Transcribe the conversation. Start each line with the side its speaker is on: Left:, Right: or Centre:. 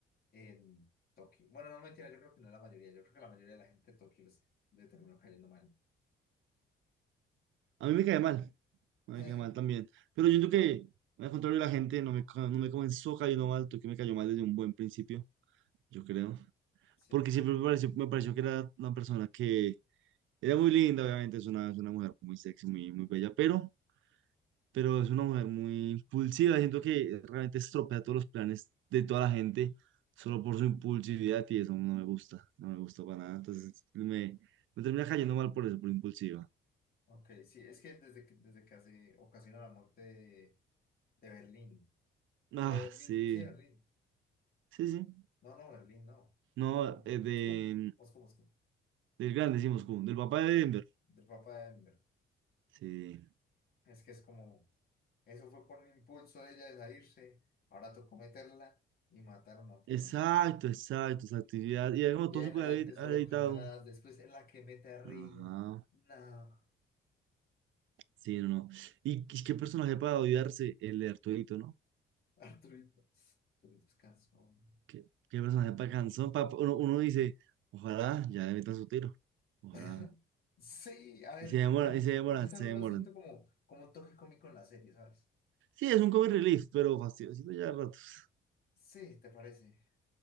Left: en Tokio, bueno, no mentira, yo creo que no la mayoría, yo creo que la mayoría de la gente de Tokio les, le terminó cayendo mal.
Right: A mí me cae mal, me
Left: <laughs>
Right: cae mal también. Pero yo siento que, al contrario, la gente no me, ca- no me comenzó cayendo mal, tú que me cayó mal desde un buen principio, yo creo.
Left: Sí,
Right: Porque siempre me pareció, me pareció que era una persona que era muy linda, obviamente, es una, es una mujer muy sexy, muy, muy bella, pero, pero es una mujer muy impulsiva. Siento que realmente estropea todos los planes de toda la gente solo por su impulsividad y eso no me gusta, no me gusta para nada. Entonces me, me termina cayendo mal por eso, por impulsiva.
Left: ok, sí, es que desde que, desde que hace, ocasiona la muerte. De Berlín.
Right: Ah,
Left: De Berlín,
Right: sí,
Left: sí, Berlín.
Right: sí, sí.
Left: No, no, Berlín, no.
Right: No,
Left: Eh,
Right: eh,
Left: Moscú,
Right: de,
Left: Moscú, Moscú.
Right: del grande, decimos, como, del papá de Denver.
Left: Del Papa de Denver.
Right: Sí.
Left: Es que es como, eso fue por el impulso de ella de salirse. Ahora tocó meterla y matar a una persona.
Right: Exacto, exacto, exacto. Y ya, y ya como
Left: Y
Right: todo
Left: en
Right: se puede
Left: adelante
Right: haber,
Left: solo
Right: haber editado.
Left: cagadas. Después es la que mete a Río.
Right: Ajá.
Left: No,
Right: Sí, no, no. Y qué qué personaje para odiarse el de Arturito, ¿no?
Left: Arturito. Arturito es cansón.
Right: Qué, qué personaje para cansón. pa- uno, uno dice, ojalá ya le metan su tiro. Ojalá.
Left: <laughs> Sí, a ver,
Right: Y se
Left: yo,
Right: demoran,
Left: yo,
Right: y se demoran,
Left: yo también
Right: se demoran.
Left: lo siento como, como un toque cómico en la serie, ¿sabes?
Right: Sí, es un comic relief, pero fastidiosito ya a ratos.
Left: Sí, ¿te parece?